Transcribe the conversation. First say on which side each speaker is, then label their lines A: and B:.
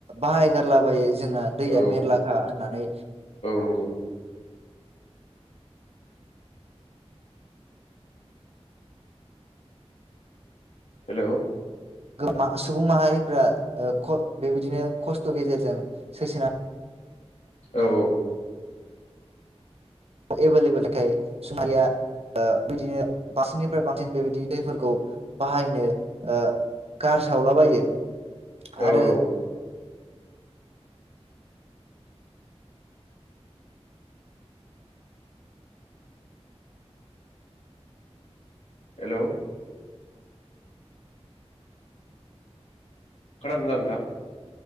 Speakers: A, on the right; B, on the left.
A: बाहाय गारला बायो। जोंना दैया
B: औ
A: मेरलाखा होननानै।
B: नंगौ औ हेल'।
A: गोमा सुबुं माहारिफ्रा ओ ख' बेबायदिनो खस्थ' गेजेरजों सैसोना
B: औ औ।
A: एभेलेबेल खाय सुं माहारिया ओ बिदिनो बांसिननिफ्राय बांसिन बेबायदि दैफोरखौ बाहायनो ओ गारसावलाबायो।
B: औ
A: आरो
B: औ। हेल' खानादों ना नोंथां?